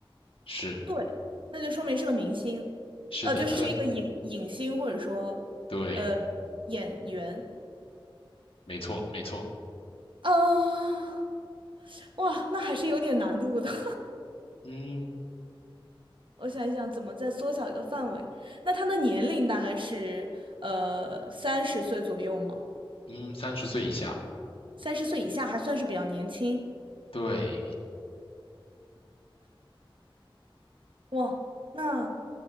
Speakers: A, on the left; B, on the right.
A: 是
B: 对，那就说明是个明星，
A: 是的，
B: 呃，就是是一个影影星或者说呃
A: 他的对。
B: 演员
A: 没错，没错，
B: 啊，哇，那还是有点难度的。<laughs>
A: 嗯
B: 我想一想，怎么再缩小一个范围？那他的年龄大概是呃三十岁左右吗？
A: 嗯，三十岁以下，
B: 三十岁以下还算是比较年轻。
A: 对，
B: 哇，那